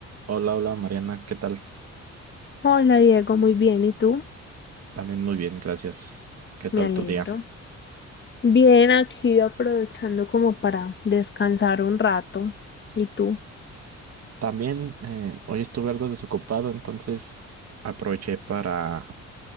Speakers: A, on the right; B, on the left.
A: Hola, hola Mariana, ¿qué tal?
B: Hola Diego, muy bien. ¿Y tú?
A: También muy bien, gracias. ¿Qué tal
B: Me alegro.
A: tu día?
B: Bien, aquí aprovechando como para descansar un rato. ¿Y tú?
A: También eh, hoy estuve algo desocupado, entonces aproveché para